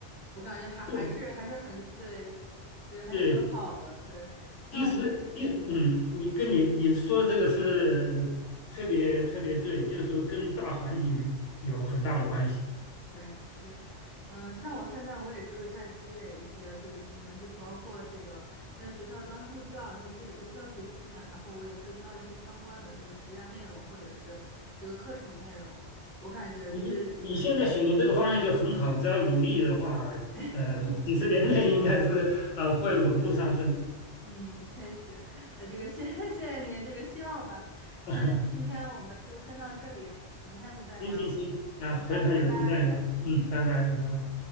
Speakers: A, on the left (about 15°); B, on the left (about 80°).
A: 我感觉还还是还是很对，
B: 对
A: 对，还是很好的。
B: 对，
A: 对，像我们，
B: 其实一嗯，
A: 嗯。
B: 你跟你你说的这个是特别特别对，就是说跟大环境有很大的关系。
A: 对，是，嗯、像我现在我也就是在积累一些这个经验，就包括这个在学校当助教，然后积累这个教学经验，然后我也会教一些相关的这个实验内容或者是这个课程内容。我感觉就是对，
B: 你你现在选的这个方向就很好，
A: 嗯
B: 只要努力的话，
A: <laughs>
B: 呃，几十年内应该是呃会稳步上升。
A: 嗯，确实，那这个谢 <laughs> 谢谢您这个希望吧。
B: <laughs>
A: 那今天我们就先到这里，咱们下次再聊。
B: 行行行，那回头有空再聊。
A: 好的，拜拜。
B: 嗯，
A: 嗯。
B: 拜拜拜拜。